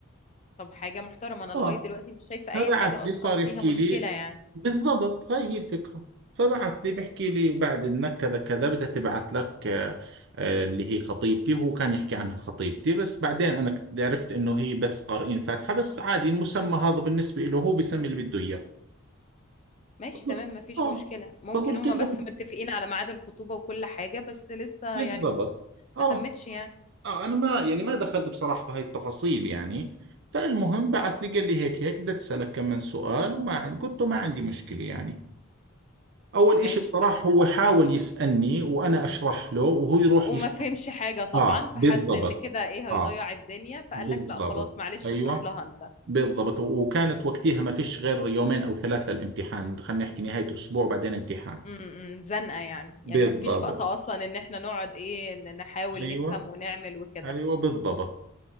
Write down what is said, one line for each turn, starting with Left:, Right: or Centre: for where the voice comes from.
Left: طب حاجة محترمة انا لغاية
Right: اه
Left: دلوقتي مش شايفة اي
Right: فبعث
Left: حاجة اصلا
Right: لي صار
Left: فيها
Right: يحكي
Left: مشكلة
Right: لي
Left: يعني
Right: بالضبط هاي هي الفكرة فبعث لي بحكي لي بعد انك كذا كذا بدها تبعث لك آه، آه، اللي هي خطيبتي هو كان يحكي عنها خطيبتي بس بعدين انا كنت عرفت انه هي بس قارئين فاتحة بس عادي المسمى هذا بالنسبة له هو بيسمي اللي بده اياه
Left: ماشي
Right: فقلت
Left: تمام مفيش
Right: اه
Left: مشكلة ممكن
Right: فقلت
Left: هما
Right: له
Left: بس متفقين على ميعاد الخطوبة وكل حاجة بس لسه
Right: بالضبط
Left: يعني ما
Right: اه
Left: ما تمتش يعني
Right: اه انا ما يعني ما دخلت بصراحة بهاي التفاصيل يعني فالمهم بعث لي قال لي هيك هيك بدي اسالك كم من سؤال وما عن- قلت له ما عندي مشكلة يعني اول
Left: ماشي
Right: اشي بصراحة
Left: تمام
Right: هو حاول يسألني وانا اشرح له وهو يروح
Left: وما
Right: يشرح
Left: فهمش حاجة طبعا
Right: اه
Left: فحس
Right: بالضبط
Left: ان كده ايه
Right: اه
Left: هيضيع الدنيا فقال
Right: بالضبط
Left: لك لا خلاص معلش
Right: ايوه
Left: اشرح لها انت
Right: بالضبط و- وكانت وقتها ما فيش غير يومين او ثلاثة الامتحان خلينا نحكي نهاية اسبوع بعدين امتحان
Left: امم زنقة يعني
Right: بالضبط
Left: يعني مفيش وقت اصلا ان احنا نقعد ايه ن- نحاول
Right: ايوه
Left: نفهم ونعمل وكده
Right: ايوه بالضبط